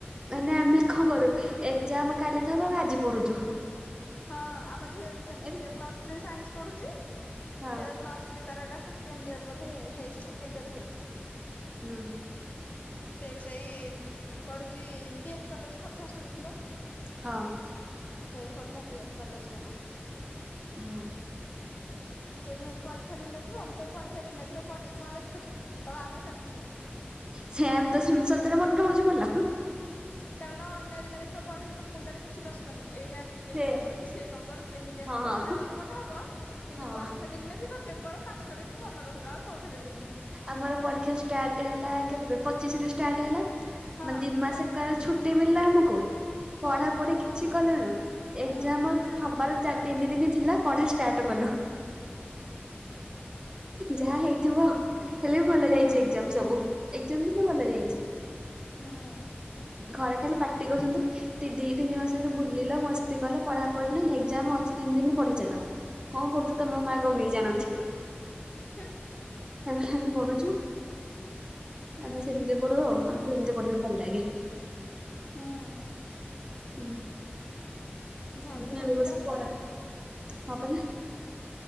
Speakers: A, on the right; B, on the left.
A: ମାନେ ଆମେ କଣ କରୁ, ଏକ୍ଜାମ କାଲି ଥିବ ଆମେ ଆଜି ପଢୁଛୁ।
B: ହଁ ଆମ ଝିଅ ବି ସେମିତି,
A: ଏରେ
B: ସେ ପ୍ଲସ ଥ୍ରୀ ସାଇନ୍ସ ପଢୁଛି।
A: ହଁ
B: ସେ ପ୍ଲସ ଥ୍ରୀ ତାର ଏଇଟା ସେ କେଣ୍ଡ ୟର୍ ବୋଧେ ହେଇଛି। ସେକେଣ୍ଡ ୟର୍ ହେଇଛି।
A: ହୁଁ।
B: ସେ ବି ସେଇ, ପଢୁଛି ପିଏନ୍ କଲେଜ ଖୋର୍ଦ୍ଧା ଶୁଣିଥିବ।
A: ହଁ
B: ସେ ଖୋର୍ଦ୍ଧା ପି ଏନ୍ କଲେଜରେ ପଢ଼ୁଛି।
A: ହଁ
B: ସିଏ ବି ସେମିତି ପରୀକ୍ଷା ଦିନେ ଥିବ ମୁଁ କହେ ପରୀକ୍ଷା ଦିନେଥିବ ପଢେଇକି କଣ ଲେଖୁଛୁ କହିବ ଆମେ ସେମିତି।
A: ସେମତି ସେମିତରେ ମନେ ରହୁଛି ଭଲ।
B: କାରଣ ଅନ୍ୟ ଦିନ ଦେଖିବ ପଢ଼ିବ ମୁଣ୍ଡରେ କିଛି ପଶିବ ଏଇୟା ଇଏ
A: ସେ
B: କିଆଁ କରୁଛି ସିଏ କଣ କରୁଛି ଏମିତି ଆସିକି
A: ହଁ।
B: କଥା ହେବାକୁ ମନ ହବ। କିନ୍ତୁ
A: ହଁ
B: ପରୀକ୍ଷା ଦିନେ ଥିବ କେବଳ ପାଠରେ ହିଁ ମନ ରହିବ ଆଉ କୋଉଥିରେ ବି ନୁହଁ।
A: ଆମର ପରୀକ୍ଷା ଷ୍ଟାର୍ଟ ହେଲା କେବେ ପଚିଶରେ ଷ୍ଟାର୍ଟ ହେଲା
B: ହଁ
A: ଦି ମାସେ ଖାଲି ଛୁଟି ମିଳିଲା ଆମକୁ
B: ହୁଁ
A: ପଢ଼ା ପଢ଼ି କିଛି କଲୁନୁ ଏଗଜାମ
B: ହୁଁ
A: ହବାର ଚାର ତିନି ଦିନ ଥିଲା ପଢ଼ା ଷ୍ଟାର୍ଟ କଲୁ। ଯାହା ହେଇଥିବ ହେଲେ ବି ଭଲ
B: ହଁ
A: ଯାଇଛି ଏକଜାମ୍ ସବୁ ଏକ୍ଜାମ କିନ୍ତୁ ଭଲ ଯାଇଚି।
B: ହୁଁ
A: ଘରେ ଖାଲି ପାଟି କରୁଛନ୍ତି ଦିଦି ତିନି ମାସରେ ବୁ ବୁଲିଲ ମସ୍ତି କଲ ପଢ଼ା ପଢ଼ି ନାଇ ଏଜାମ ଅଛି ତିନ ଦିନ ପଢ଼ି ଚାଲ। କଣ ପଢ଼ୁଚ ତମ ମା ଗଙ୍ଗେଇ ଜାଣନ୍ତି।
B: ହୁଁ।
A: ତା ଆମେ ପଢ଼ୁଛୁ ଆମେ ସେମିତି ପଢ଼ୁ ଆଉ ଆମକୁ ସେମତି ପଢ଼ିବାକୁ ଭଲ ଲାଗେ।
B: ହୁଁ
A: ହୁଁ <unintelligible>
B: ଘରେ ତ ସେମିତି
A: ବସି
B: କହିବେ
A: ପଡ଼େ
B: ଆ
A: ବାପରେ